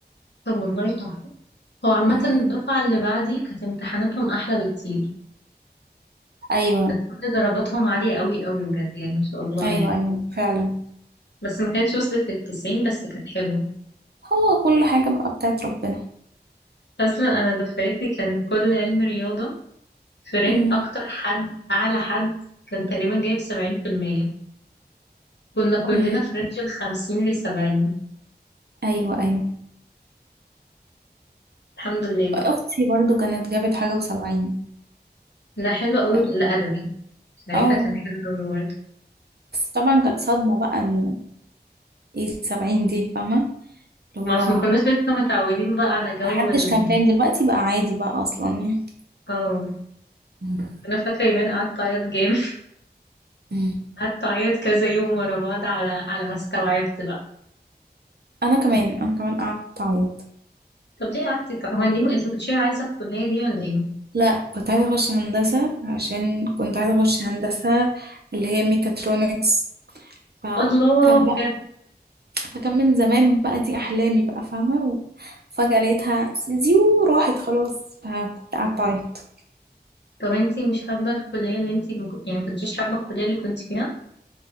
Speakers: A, on the left; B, on the right.
A: طب والله تحفة هو عامة
B: مم.
A: الدفعة اللي بعدي كانت امتحاناتهم أحلى بكتير
B: ايوه
A: كانت كل درجاتهم عالية قوي قوي بجد يعني ما شاء الله
B: ايوه
A: يعني
B: ايوه فعلا
A: بس ما كانتش وصلت للتسعين بس كانت حلوة
B: هو كل حاجه بقى بتاعت ربنا
A: أصلا أنا دفعتي كان كل علم رياضة فرنج
B: مم.
A: أكتر حد أعلى حد كان تقريبا جايب سبعين في المية كنا كلنا
B: مم.
A: في رينج الخمسين لسبعين
B: ايوه ايوه
A: الحمد لله
B: اختي برضو كانت جابت حاجه وسبعين
A: ده حلو قوي
B: اه
A: الأدبي ساعتها
B: آه،
A: كان حلو قوي برضه
B: بس طبعا كانت صدمه بقى انه ايه السبعين دي فاهمه اللي
A: ما
B: هو
A: عشان ما كناش لسه متعودين بقى على جو
B: محدش
A: ال
B: كان فاهم دلوقتي بقى عادي بقى اصلا يعني
A: اه
B: مم.
A: أنا فاكرة يومين قعدت أعيط جامد <laughs>
B: مم.
A: قعدت أعيط كذا يوم ورا بعض على على ما استوعبت بقى
B: انا كمان انا كمان قعدت اعيط
A: طب ليه قعدتي طب هو انتي انتي كنتش عايزة الكلية دي ولا ايه؟
B: لا كنت عايزه اخش هندسه عشان كنت عايزه اخش هندسه اللي هي ميكاترونكس فكان
A: الله بجد
B: فكان من زمان بقى دي أحلامي بقى فاهمة فجأة لقيتها زيو راحت خلاص فكنت قعدت أعيط
A: طب انتي مش حابة الكلية اللي انتي مك... يعني مكنتيش حابة الكلية اللي كنت فيها